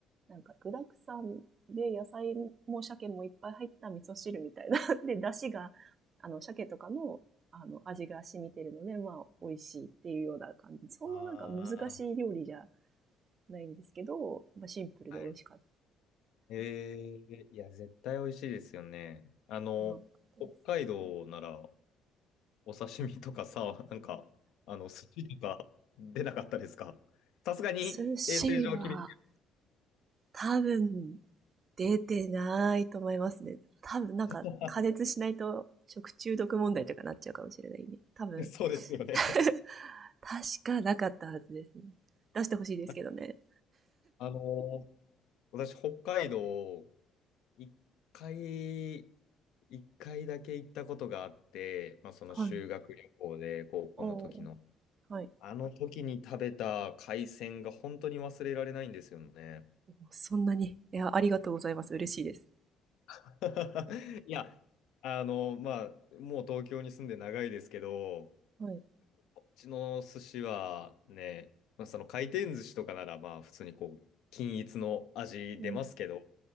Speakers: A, on the right; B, on the left.
A: なんか具だくさんで野菜も鮭もいっぱい入った味噌汁みたいな <laughs>。で、出汁が、あの、鮭とかの、あの、味が染みてるので、まあ、美味しいっていうような感じ。そんななんか難しい料理じゃ
B: ああ、
A: ないんですけど、まあシンプルで美味しかっ
B: はい。ええいや、絶対美味しいですよね。あの、
A: たったで
B: 北海道なら、お刺身とかさ、なんか、あの、寿司とか出なかったですかさすがに衛生上厳し
A: す。寿司は、多分、出てないと思いますね。多分、なんか、
B: い。<laughs>
A: 加熱しないと食中毒問題とかなっちゃうかもしれないんで。多分、
B: そうですよね。
A: <laughs> 確かなかったはずですね。出してほしいですけどね。
B: <laughs> あの、私、北海道、一回、一回だけ行ったことがあって、まあ、その修学旅行で、
A: はい。
B: 高校の時の。
A: おーはい。
B: あの時に食べた海鮮が本当に忘れられないんですよね。
A: おーそんなに。いや、ありがとうございます。嬉しいです。
B: <laughs> いや、あの、まあ、もう東京に住んで長いですけど、
A: はい。
B: こっちの寿司はね、まあ、その回転寿司とかなら、まあ、普通にこう、均一の味出ますけど、
A: うん。